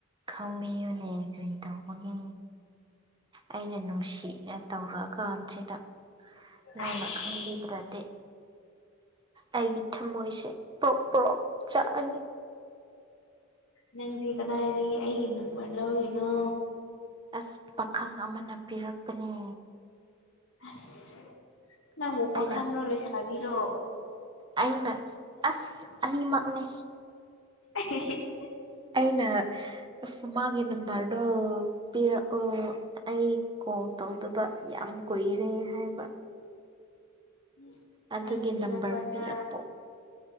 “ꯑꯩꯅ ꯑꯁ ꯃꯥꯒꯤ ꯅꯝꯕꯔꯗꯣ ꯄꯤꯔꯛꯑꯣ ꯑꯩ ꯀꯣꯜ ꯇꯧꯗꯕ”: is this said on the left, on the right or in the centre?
Right